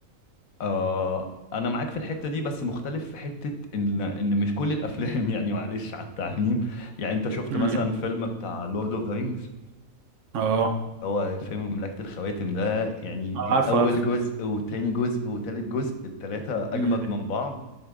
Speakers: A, on the left; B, on the right.
A: آه انا معاك في الحتة دي بس مختلف في حتة ان ان مش كل الافلام <laughs> يعني معلش على التعميم يعني انت شفت
B: امم
A: مثلا فيلم بتاع لورد اوف ذا رينجز
B: اه
A: هو الفيلم مملكة الخواتم ده يعني
B: عارف
A: أول
B: عارف
A: جزء وتاني جزء وتالت جزء التلاتة أجمد
B: مم.
A: من بعض